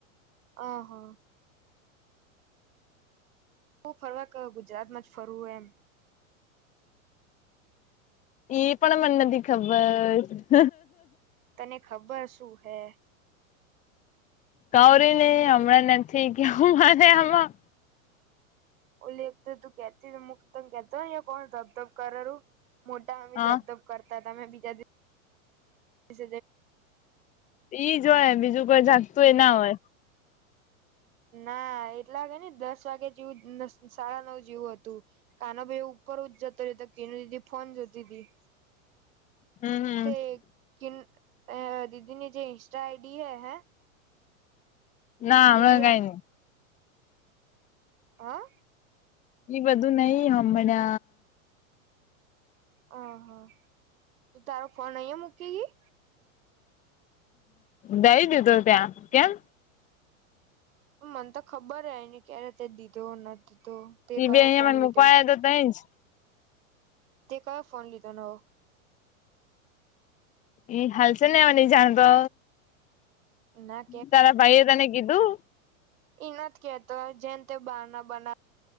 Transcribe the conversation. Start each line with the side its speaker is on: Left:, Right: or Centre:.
Right: હ હા શું ફરવા ક ગુજરાતમાં જ ફરવું હોય, એમ
Left: એ પણ મને નથી, ખબર
Right: તને ખબર તું હે
Left: કૌરી નને હમણાં નથી, કેવું મને આમાં
Right: ઓ લખ તું કેતી ત કેતો કોણ ધબધબ કરેું, મોટા હમે
Left: હા
Right: ધબધબ કરતા તમે બીજા દિવ જ
Left: ઈ જ હોય, બીજું કો જાગતું એ ના હોય.
Right: ના, એટલાાગે ને દસ વાગે જેવું સાડા નવ જેવું હતું, કાનો ભાઈ ઉપર જ જતો રહ્યો તો કેનું દીધી ફોન જતી હતી,
Left: હમ હમ
Right: તે કેન અ દીદી ની જે ઇન્સ્ટા આઈડી હૈ હે
Left: ના હમણાં
Right: એરિયા
Left: કઈ નહી,
Right: હ
Left: એ બધું નહિ હમને
Right: હહા તો તારો ફોન અહં મૂકી ગઈ,
Left: જઈ દીધું ત્યાં કેમ,
Right: મને તો ખબર હ એને ક્યારે તે દીધો નથી, દીધો તે
Left: એઈ
Right: કયો
Left: બે અહી
Right: ફોન
Left: મને
Right: લીધો
Left: મો ઉપયા તો તઈ જ
Right: તે કયો ફોન લીધો નવો
Left: એ હાલ છે, નેવા ન જાણતો
Right: ના
Left: તારા ભાઈએ તને કીધું
Right: એઈ નથી કેતો જેમ તે બહાર ના બનાવ